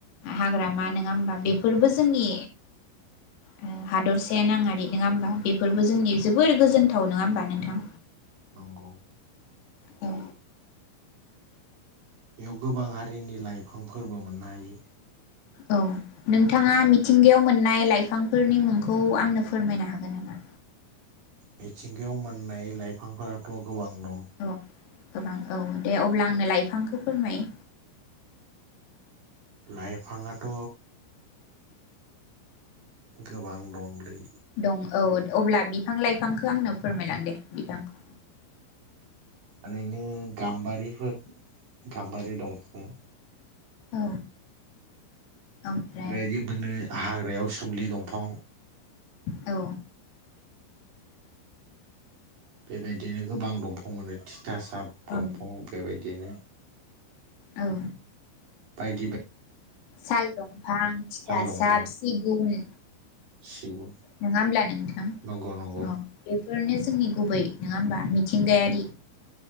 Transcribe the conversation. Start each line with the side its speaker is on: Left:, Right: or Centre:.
Left: हाग्रामा नोङा होमबा बेफोरबो जोंनि ओ हादरसाया नाङारि नोङा होमबा बेफोरबो जोंनि जोबोर गोजोनथाव। नोङा होमबा नोंथां?
Right: नंगौ
Left: औ
Right: बेयाव गोबां हारिनि लाइफां फोरबो मोननो हायो
Left: औ नोंथाङा मिथिंगायाव मोननाय लाइफांफोरनि मुंखौ आंनो फोरमायनो हागोन नामा
Right: मिथिंगायाव मोननाय लाइफांफोराथ' गोबां दं
Left: औ गोबां औ दे अब्ला आंनो लाइफांखौ फोरमाय
Right: लाइफांआथ' गोबां दंलै
Left: दं औ अब्ला बिफां लाइफांखो आंनो फोरमायलां दे बिफांखौ
Right: ओरैनो गाम्बारिफोर गाम्बारि दंफां
Left: औ ओमफ्राय
Right: रायजोबोनो हाग्रायाव सोमलि दंफां
Left: औ
Right: बेबायदिनो गोबां दंफां मोनो थि थासाब
Left: औ
Right: दंफां बेबायदिनो
Left: औ
Right: बायदि बाय
Left: साल दंफां थिथा
Right: दंफां
Left: साब सिगुन
Right: सिगुन
Left: नोङा होमब्ला नोंथां
Right: नंगौ नंगौ
Left: औ बे फोरनो जोंनि गुबै नङा होमबा मिथिंगायारि